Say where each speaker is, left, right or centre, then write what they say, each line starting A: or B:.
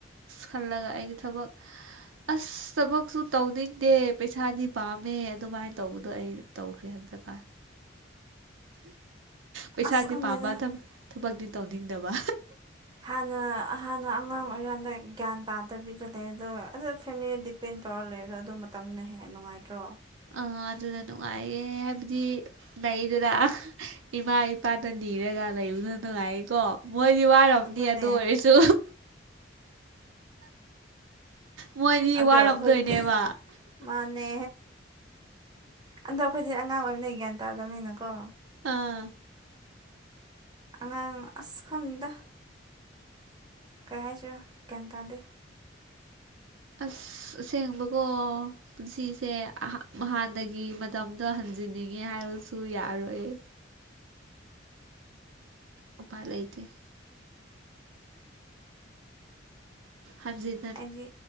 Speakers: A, on the right (about 85°); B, on the right (about 20°).
A: ꯈꯜꯂꯒ ꯑꯩꯒꯤ ꯊꯕꯛ ꯑꯁ ꯊꯕꯛꯁꯨ ꯇꯧꯅꯤꯡꯗꯦ ꯄꯩꯁꯥꯗꯤ ꯄꯥꯝꯃꯦ ꯑꯗꯨꯃꯥꯏꯅ ꯇꯧꯕꯗꯣ ꯑꯩ ꯇꯧꯈ꯭ꯔꯦ ꯑꯗꯨꯗꯀꯥꯟ ꯄꯩꯁꯥꯗꯤ
B: ꯑꯁ ꯈꯪꯗꯦꯗ
A: ꯄꯥꯝꯝꯕꯗꯕ ꯊꯕꯛꯇꯤ ꯇꯧꯅꯤꯡꯗꯕ
B: ꯍꯥꯟꯅ ꯍꯥꯟꯅ ꯑꯉꯥꯡ ꯑꯣꯏꯔꯤꯀꯥꯟꯗ ꯒ꯭ꯌꯥꯟ ꯇꯥꯗꯕꯤꯗ ꯂꯩ ꯑꯗꯣ ꯑꯗꯨ ꯐꯦꯃꯤꯂꯤꯗ ꯄꯦꯟ ꯇꯧꯔ ꯂꯩꯔꯒꯣ ꯑꯗꯨ ꯃꯇꯝꯅ ꯍꯦꯟꯅ ꯅꯨꯡꯉꯥꯏꯇ꯭ꯔꯣ
A: ꯑ ꯑꯗꯨꯅ ꯅꯨꯡꯉꯥꯏꯌꯦꯦ ꯍꯥꯏꯕꯗꯤ ꯃꯗꯨꯅ ꯏꯃꯥ ꯏꯄꯥꯗ ꯅꯤꯔꯒ ꯂꯩꯕꯅ ꯅꯨꯡꯉꯥꯏꯀꯣ ꯃꯣꯏꯗꯤ ꯋꯥꯔꯝꯅꯤ
B: ꯑꯗꯨꯅꯦ
A: ꯑꯗꯨ ꯑꯣꯏꯔꯁꯨ ꯃꯣꯏꯗꯤ
B: ꯑꯗꯣ
A: ꯋꯥꯔꯝꯗꯣꯏꯅꯦꯕ
B: ꯑꯩꯈꯣꯏꯅꯦ ꯃꯟꯅꯦ ꯑꯗꯣ ꯑꯈꯣꯏꯗꯤ ꯑꯉꯥꯡ ꯑꯣꯏꯕꯅꯤꯅ ꯒ꯭ꯌꯥꯟ ꯇꯥꯗꯕꯅꯤꯅꯀꯣ
A: ꯑꯥ
B: ꯑꯉꯥꯡ ꯑꯁ ꯈꯪꯗ ꯀꯩ ꯍꯥꯏꯁꯤꯔꯥ ꯒꯌ꯭ꯥꯟ ꯇꯥꯗꯦ
A: ꯑꯁ ꯁꯦꯡꯕꯀꯣ ꯄꯨꯟꯁꯤꯁꯦ ꯑꯍ ꯍꯥꯟꯅꯒꯤ ꯃꯇꯝꯗꯣ ꯍꯟꯖꯤꯟꯅꯤꯡꯉꯦ ꯍꯥꯏꯔꯁꯨ ꯌꯥꯔꯣꯏꯌꯦ ꯎꯄꯥꯏꯂꯩꯇꯦ ꯍꯖꯤꯠ
B: ꯑꯩꯗꯤ